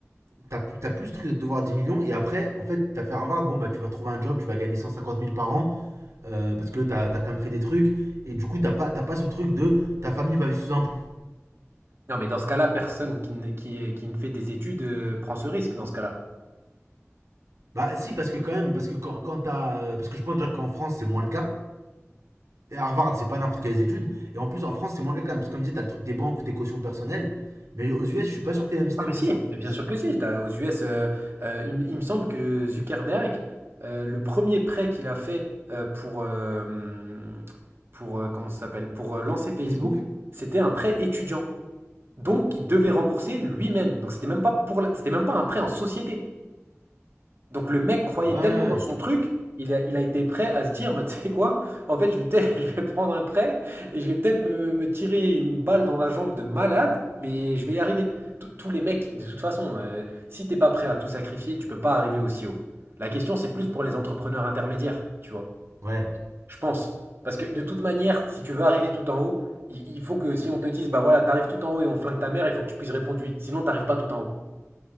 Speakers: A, on the right; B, on the right.
A: t'as plus, t'as plus ce truc de devoir 10 millions, et après, en fait, t'as fait Harvard, bon, bah, tu vas trouver un job, tu vas gagner cent cinquante mille par an, euh, parce que t'as as quand même fait des trucs, et du coup, t'as pas, t'as pas ce truc de ta famille va vivre sous un pont.
B: Non, mais dans ce cas-là, personne qui ne, qui, qui ne fait des études, euh, prend ce risque dans ce cas-là.
A: Bah, si, parce que quand même, parce que quand, quand t'as. Parce que je pense déjà qu'en France, c'est moins le cas. Et Harvard, c'est pas n'importe quelles études. Et en plus, en France, c'est moins le cas quand même. Parce que comme je disais, t'as le truc des banques ou tes cautions personnelles. Mais aux US, je suis pas sûr que t'aies le même système
B: Ah mais si,
A: que ça.
B: mais bien
A: Je-
B: sûr que si. T'as, aux US, euh, euh, il, m- il me semble que Zuckerberg, euh, le premier prêt qu'il a fait euh, pour, euh, pour euh, comment ça s'appelle, pour euh, lancer Facebook,
A: Facebook
B: c'était un prêt étudiant. Donc il devait rembourser lui-même. Donc c'était même pas pour la- c'était même pas un prêt en société. Donc le mec croyait
A: Ouais, ouais,
B: tellement dans son truc, il a, il a été prêt à se dire, mais tu sais quoi, en fait je vais peut-être, <laughs> je vais prendre un prêt et je vais peut-être me, me tirer une balle dans la jambe de malade, mais je vais y arriver. Tous tous les mecs, de toute façon, euh, si t'es pas prêt à tout sacrifier, tu peux pas arriver aussi haut. La question c'est plus pour les entrepreneurs intermédiaires, tu vois,
A: ouais.
B: je pense. Parce que de toute manière, si tu veux arriver tout en haut, il, il faut que si on te dise, bah voilà, t'arrives tout en haut et on flingue ta mère, il faut que tu puisses répondre oui, sinon t'arrives pas tout en haut.